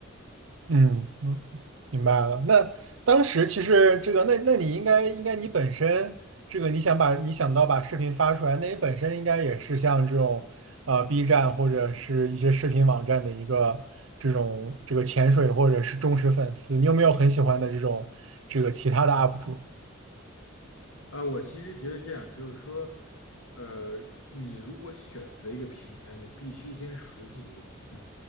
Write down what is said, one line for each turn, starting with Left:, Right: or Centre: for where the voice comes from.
Right: 嗯嗯，明白了。那当时其实这个，那那你应该应该你本身这个你想把你想到把视频发出来，那你本身应该也是像这种呃 B 站或者是一些视频网站的一个这种这个潜水或者是忠实粉丝。你有没有很喜欢的这种这个其他的 UP 主？
Left: 呃，我其实觉得这样，就是说，呃，你如果选择一个平台，你必须先熟悉这个平台。